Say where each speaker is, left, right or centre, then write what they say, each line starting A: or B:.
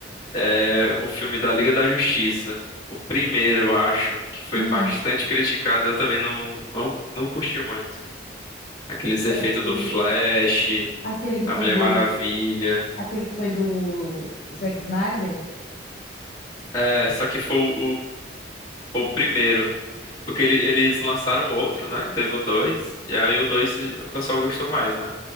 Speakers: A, on the left (about 20°); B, on the left (about 45°).
A: é o filme da Liga da Justiça. O primeiro, eu acho, que foi
B: Hum.
A: bastante criticado, eu também não, não, não curti muito. Aqueles efeitos
B: Aquele
A: do Flash,
B: aquele que
A: da
B: foi
A: Mulher
B: do
A: Maravilha.
B: aquele que foi do Zack Snyder
A: É, só que foi o o primeiro. Porque ele- eles lançaram outro, né? Teve o dois E aí o 2 o pessoal gostou mais, né?